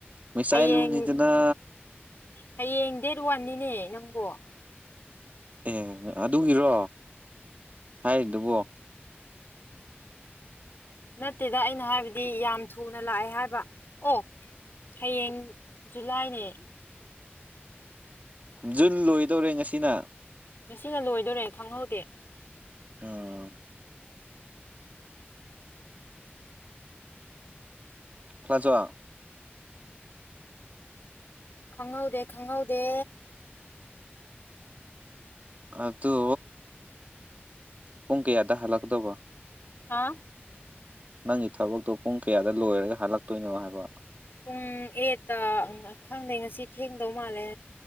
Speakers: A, on the right; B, on the left.
A: ꯄꯦꯁꯥꯏ
B: ꯍꯌꯦꯡ
A: ꯂꯨꯅꯤꯗꯅ
B: ꯍꯌꯦꯡ ꯗꯦꯠ ꯋꯥꯟꯅꯤꯅꯦ ꯅꯪꯕꯨ
A: ꯑꯦ ꯑꯗꯨꯒꯤꯔꯣ ꯍꯥꯏꯔꯤꯗꯨꯕꯣ
B: ꯅꯠꯇꯦꯗ ꯑꯩꯅ ꯍꯥꯏꯕꯗꯤ ꯌꯥꯝ ꯊꯨꯅ ꯂꯥꯛꯑꯦ ꯍꯥꯏꯕ ꯑꯣ ꯍꯌꯦꯡ ꯖꯨꯂꯥꯏꯅꯦ
A: ꯖꯨꯟ ꯂꯣꯏꯗꯧꯔꯦ ꯉꯁꯤꯅ
B: ꯉꯁꯤꯒ ꯂꯣꯏꯗꯣꯔꯦ ꯈꯪꯍꯧꯗꯦ
A: ꯑꯥ ꯀ꯭ꯂꯖ
B: ꯈꯪꯍꯧꯗꯦ ꯈꯪꯍꯧꯗꯦ
A: ꯑꯗꯨ ꯄꯨꯡ ꯀꯌꯥꯗ ꯍꯜꯂꯛꯀꯗꯧꯕ
B: ꯍꯥ
A: ꯅꯪꯒꯤ ꯊꯕꯛꯇꯣ ꯄꯨꯡ ꯀꯌꯥꯗ ꯂꯣꯏꯔꯒ ꯍꯥꯜꯂꯛꯇꯣꯏꯅꯣ ꯍꯥꯏꯕ
B: ꯄꯨꯡ ꯑꯦꯠꯇ ꯈꯪꯗꯩ ꯉꯁꯤ ꯊꯦꯡꯗꯧ ꯃꯥꯜꯂꯦ